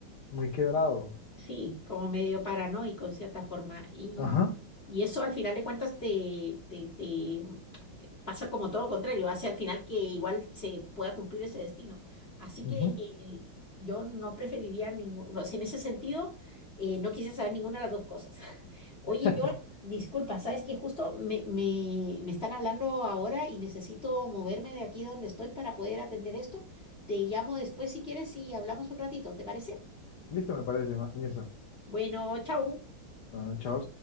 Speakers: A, on the left; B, on the left.
A: muy quebrado.
B: Sí, como medio paranoico en cierta forma. Y,
A: Ajá.
B: y eso al final de cuentas te, te, te pasa como todo lo contrario, hace al final que igual se pueda cumplir ese destino. Así
A: ujú.
B: que eh, yo no preferiría ninguno, o sea, en ese sentido, eh, no quise saber ninguna de las dos cosas. <laughs>
A: <laughs>
B: Oye, yo, disculpa, sabes que justo me, me, me están hablando ahora y necesito moverme de aquí donde estoy para poder atender esto. Te llamo después si quieres y hablamos un ratito, ¿te parece?
A: Listo, me parece, Ma- Mirza.
B: Bueno, chau.
A: Bueno, chao.